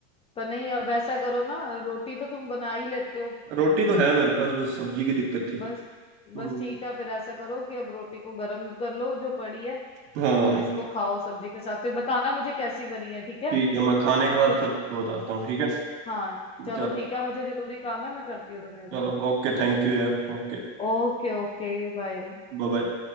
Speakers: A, on the left; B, on the right.
A: पर नहीं अब ऐसा करो ना रोटी तो तुम बना ही लेते हो
B: रोटी तो है मेरे पास बस सब्जी की दिक्कत थी
A: बस बस
B: हम्म
A: ठीक है फिर ऐसा करो कि अब रोटी को गर्म कर लो जो पड़ी है
B: हाँ
A: और इसको खाओ सब्जी के साथ फिर बताना मुझे कैसी बनी है ठीक है
B: ठीक है मैं खाने
A: तो
B: के बाद
A: च-
B: फिर आपको बताता हूँ ठीक है
A: हाँ चलो
B: चलो
A: ठीक है मुझे जरूरी काम है मैं करती हूँ तुम्हें अभी
B: चलो ओके थैंक यू यार ओके
A: Okay okay बाय
B: Bye bye.